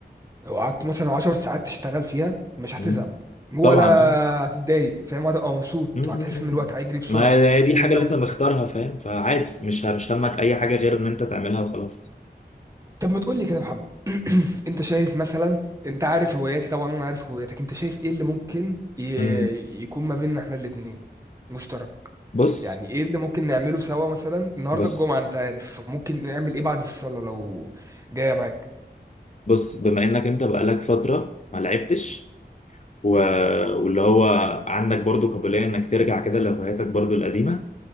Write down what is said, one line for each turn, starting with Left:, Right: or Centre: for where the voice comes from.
Right: لو قعدت مثلا 10 ساعات تشتغل فيها مش هتزهق
Left: امم
Right: ولا
Left: طبعا اه
Right: هتتضايق فاهم هتبقى مبسوط
Left: أمم،
Right: وهتحس
Left: أمم، أمم.
Right: ان الوقت
Left: امم.
Right: هيجري بسرعه
Left: ما هي دي الحاجه
Right: غير لما
Left: اللي انت مختارها فاهم فعادي مش ه- مش همك اي حاجه غير ان انت تعملها وخلاص
Right: طب ما تقول لي كده يا محمد <clears throat> انت شايف مثلا انت عارف هواياتي طبعا انا عارف هواياتك انت شايف ايه اللي ممكن ي...
Left: امم
Right: يكون ما بيننا احنا الاتنين مشترك
Left: بص
Right: يعني ايه اللي ممكن نعمله سوا مثلا النهارده
Left: بص
Right: الجمعه انت عارف ممكن نعمل ايه بعد الصلاه لو جايه معاك
Left: بص بما انك انت بقالك فترة ما لعبتش و... واللي هو عندك برضو قابلية انك ترجع كده لهواياتك برضو القديمة